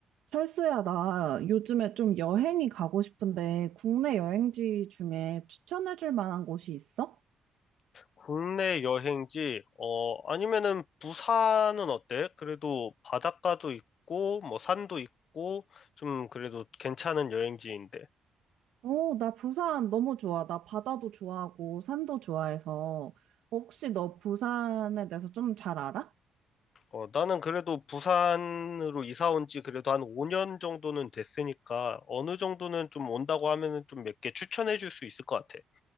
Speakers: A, on the right; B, on the left.
A: 철수야, 나 요즘에 좀 여행이 가고 싶은데 국내 여행지 중에 추천해줄 만한 곳이 있어?
B: 국내 여행지, 어, 아니면은 부산은 어때? 그래도 바닷가도 있고, 뭐 산도 있고, 좀 그래도 괜찮은 여행지인데.
A: 어, 나 부산 너무 좋아. 나 바다도 좋아하고 산도 좋아해서 어, 혹시 너 부산에 대해서 좀 잘 알아?
B: 어, 나는 그래도 부산으로 이사 온지 그래도 한 5년 정도는 됐으니까, 어느 정도는 좀 온다고 하면은 좀 몇 개 추천해 줄 수 있을 것 같아.